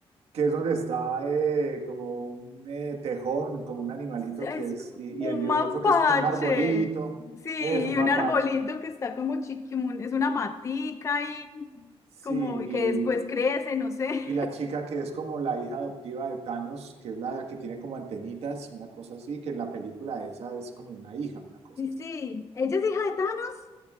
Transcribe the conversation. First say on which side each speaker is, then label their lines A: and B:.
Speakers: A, on the right; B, on the left.
A: que es donde está eh, como un eh, tejón, como un animalito
B: Es
A: que es, y,
B: un
A: y el de
B: mapache.
A: otro que es como un arbolito,
B: Sí,
A: es un
B: y
A: mapache,
B: un arbolito que está como chiquimun. Es una matica ahí,
A: sí,
B: como que
A: y,
B: después crece, no sé.
A: y la chica que es como la hija adoptiva de Thanos, que es la que tiene como antenitas, una cosa así, que en la película esa es como una hija, una cosa
B: Y
A: así.
B: sí, ¿ella es hija de Thanos?